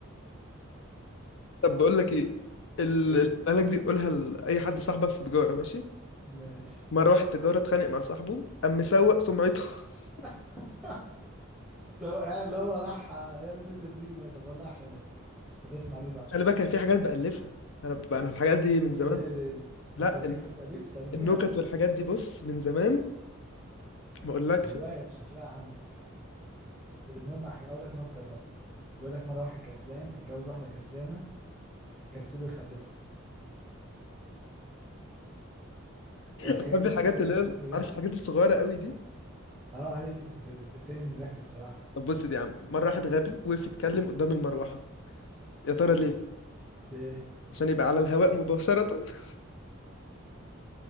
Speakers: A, on the left (about 60°); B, in the centre.
A: طب بقول لك ايه ال-
B: ايه
A: اللي قالك دي قولها لاي حد صاحبك في تجاره ماشي
B: ماشي
A: مره واحد تجاره اتخانق مع صاحبه قام مسوق سمعته <laughs>
B: <laughs> طب يعني اللي هو راح يا ابن اللذينة طب والله حلو طب اسمع دي بقى
A: خلي بالك أنا في حاجات بألفها انا ب- انا الحاجات دي من زمان
B: ايه ده ايه ده ايه ده
A: لا
B: انت ليك
A: ال-
B: في التأليف تأليف
A: النكت
B: نكت
A: والحاجات دي بص من زمان ما اقولكش
B: هواية شكلها عندك المهم هقول لك نكتة برضه بيقول لك مرة واحد كسلان اتجوز واحدة كسلانة كسله يخلفه الحاجات
A: بحب
B: دي بتقتلني
A: الحاجات اللي هي
B: ضحك
A: عارف الحاجات الصغيره قوي دي
B: اه هي دي اللي بت- بتقتلني من الضحك الصراحة
A: طب بص دي يا عم مره واحد غبي وقف يتكلم قدام المروحه يا ترى ليه
B: ده
A: عشان يبقى على الهواء مباشره <laughs>